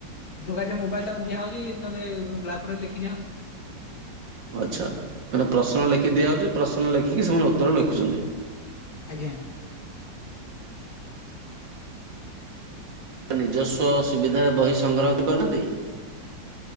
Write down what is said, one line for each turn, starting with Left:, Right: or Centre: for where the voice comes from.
Left: <unintelligible> ମୋବାଇଲ ଟା ପା ଦିଆ ହଉଛି ନହେଲେ ବ୍ଳାକ ବୋର୍ଡ ରେ ଲେଖି ଦିଆ ହଉଛି।
Right: ଆଚ୍ଛା ମାନେ ପ୍ରଶ୍ନ ଲେଖି ଦିଆହେଉଛି ପ୍ରଶ୍ନ ଲେଖିକି ସେମାନେ ଉତ୍ତର ଲେଖୁଛନ୍ତି।
Left: ଆଜ୍ଞା।
Right: ନିଜସ୍ୱ ସୁବିଧାରେ ବହି ସଂଗ୍ରହ କରିପାରୁନାହାନ୍ତି।